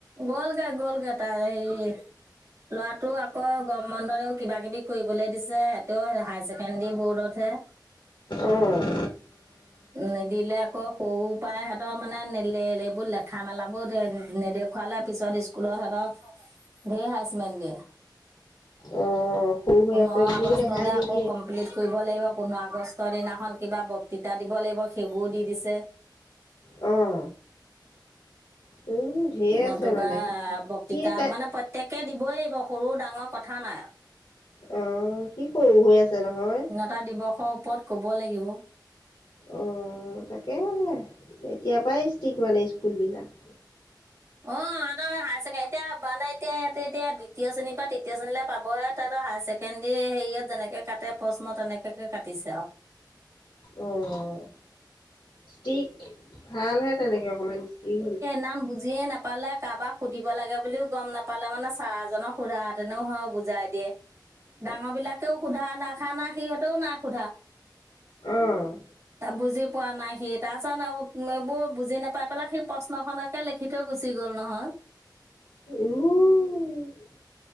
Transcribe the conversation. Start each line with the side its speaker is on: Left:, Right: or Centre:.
Right: গ'লগে গ'লগে তাৰ হেই ল'ৰাটো আকৌ গৰম বন্ধৰে কিবা কিবি কৰিবলৈ দিছে হেতেঁও হায়াৰ ছেকেণ্ডাৰী বৰ্ডত হে
Left: অ',
Right: নিদিলে আকৌ সৰু পাই হেতক মানে নেলে লে এইবোৰ লেখা মেলাবোৰ নেদেখুৱালে পিছত স্কুলত হেতক ঢেই হাইছমেন দিয়ে
Left: অ', সৰু হৈ
Right: পোন্ধৰ
Left: আছে বুলিও
Right: আগষ্টলে
Left: দেখাই নিদিয়ে
Right: আকৌ কম প্লিট কৰিব লাগিব পোন্ধৰ আগষ্টৰ দিনাখন কিবা বক্তৃতা দিব লাগিব সেইবোৰ দি দিছে
Left: উম উম ঢেৰ
Right: নতুবা
Left: আছে মানে
Right: বক্তৃতা
Left: সি তাই
Right: মানে প্ৰত্যেকে দিবই লাগিব, সৰু, ডাঙৰ কথা নাই আঅ
Left: অ, সি সৰু হৈ, আছে নহয়।
Right: টা দিৱসৰ ওপৰত ক'ব লাগিব।
Left: উম তাকে এতিয়া পাই ষ্ট্ৰিক মানে স্কুল বিলাক
Right: অহ ইহঁত এই হায়াৰ ছেকেণ্ড এতিয়া মানে এতিয়া ইহঁতে এতিয়া দ্বিতীয় শ্ৰেণীৰ পা তৃতীয় শ্ৰেণীলৈ পাবহে তাহাতঁৰ হায়াৰ ছেকেণ্ডৰী হেৰিয়ত যেনেকে কাটে প্ৰশ্ন, তেনেকে কাটিছে আৰু।
Left: ওম। ষ্টিক, ভাল হে তেনেকে অকমান ষ্টিক হ'লে।
Right: নাম বুজিয়ে নাপা পালে, কাবাক সুধিব লাগে বুলিও গম নাপালে, মানে ছাৰজনক সোধাহেঁতেনও হয়, বুজাই দিয়ে।
Left: <inaudible>
Right: ডাঙৰ বিলাকেও সোধা দেখা নাই, সিহঁতেও না ই সোধা,
Left: অ',
Right: বুজি পোৱা নাই সি, তাৰপিছত আৰু বোৰ বুজি নাপাই পেলাই সি প্ৰশ্নখনকে লিখি থৈ গুচি গ'ল নহয়।
Left: ঔ!